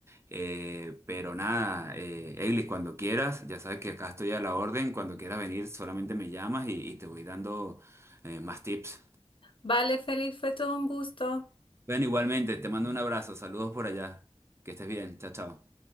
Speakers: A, on the right; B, on the left.
A: Eh, pero nada, eh, Eglis, cuando quieras, ya sabes que acá estoy a la orden, cuando quieras venir solamente me llamas y, y te voy dando eh, más tips.
B: Vale, Feliz, fue todo un gusto.
A: Bueno, igualmente, te mando un abrazo, saludos por allá, que estés bien, chao, chao.